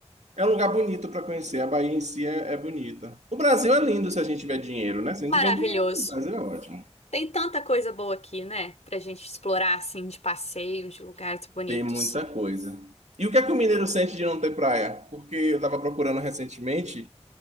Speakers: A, on the right; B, on the left.
A: É um lugar bonito para conhecer. A Bahia em si é, é bonita. O Brasil é lindo se a gente tiver dinheiro, né? Se a gente
B: Maravilhoso.
A: tiver dinheiro, o Brasil é ótimo.
B: Tem tanta coisa boa aqui, né? Pra gente explorar, assim, de passeio, de lugares bonitos.
A: Tem muita coisa. E o que é que o mineiro sente de não ter praia? Porque eu estava procurando recentemente